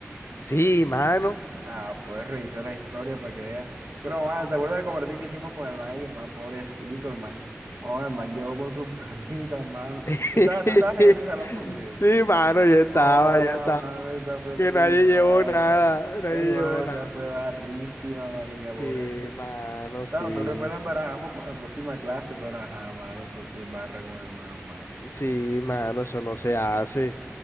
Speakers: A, on the left; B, on the right.
A: Sí, mano.
B: Ah, puedes revisar las historias para que veas. Pero, man, ¿te acuerdas del compartir que hicimos con el man? Y el man, pobrecito, el man. Oh, el man llegó con sus <laughs> papitas, mano.
A: <laughs>
B: Tú estabas, tú estabas en ese salón conmigo.
A: Sí, mano, yo estaba,
B: Oh,
A: yo
B: ah,
A: estaba.
B: mano, esa fue
A: Que
B: full
A: nadie
B: barra.
A: llevó nada, nadie
B: Ey, mano,
A: llevó
B: esa
A: nada.
B: fue barrísima, marica,
A: Sí,
B: pobrecito.
A: mano, sí.
B: No, tú después la embarajamos con la próxima clase, pero ajá, mano, fue full barra con el man, mano.
A: Sí, mano, eso no se hace.